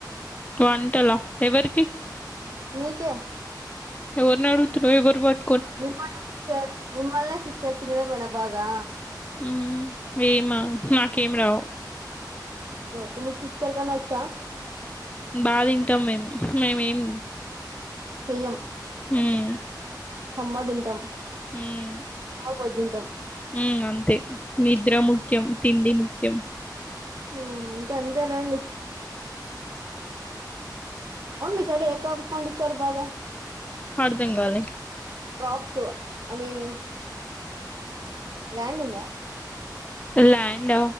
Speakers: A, on the left; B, on the right.
A: వంటలా ఎవరికి?
B: నీకే
A: ఎవర్నడుగుతున్నవ్? ఎవర్ పట్
B: మిమ్మల్నే సిస్టర్ మిమ్మల్నే సిస్టర్, తినడమేనా? బాగా
A: ఉమ్, ఏమా నాకేం రావు.
B: ఓకే ఓకె, మి సిస్టర్ కన్నా వచ్చా?
A: బా తింటాం మేము, మేమేం
B: చెయ్యం
A: హ్మ్
B: సమ్మగ్ తింటాం
A: హ్మ్
B: బజుంటం
A: ఉమ్ అంతే, నిద్ర ముఖ్యం తిండి ముఖ్యం.
B: ఆ అంతే అంతే లేండి. అవున్ మీ సైడ్ ఏ క్రాప్స్ పండిస్తరు బాగా?
A: అర్ధం కాలే
B: కప్స్ ఐ మీన్ ల్యాండ్ ఉందా
A: ల్యాండ్